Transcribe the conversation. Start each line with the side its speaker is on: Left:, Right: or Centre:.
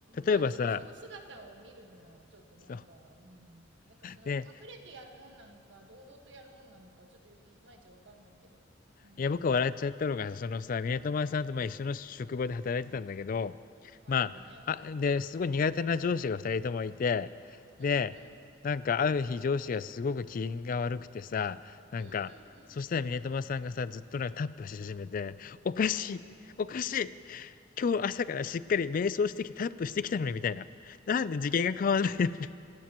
Left: 例えばさ、
Right: まあちょっとその姿を見るのはちょっとなんか、
Left: そう、
Right: うん、なんかその隠れてやるもんなのか、
Left: ね、
Right: 堂々とやるもんなのか、ちょっといまいちわかんないけど。うん。
Left: いや、僕は笑っちゃったのが、そのさ、宮友さんとまあ一緒の職場で働いてたんだけど、
Right: 前にね、
Left: まあ、
Right: うん。
Left: あ、で、すごい苦手な上司が二人ともいて、
Right: うんうん
Left: で、なんかある日上司がすごく機嫌が悪くてさ、なんか、
Right: うんうんうん
Left: そしたら宮友さんがさ、ずっとなんかタップし始めて、
Right: うん。
Left: おかしい、
Right: あ、そうボディートーカ
Left: おかしい、今日朝からしっかり瞑想してきてタップしてきたのにみたいな。
Right: ー。うん
Left: なんで次元が変わんないの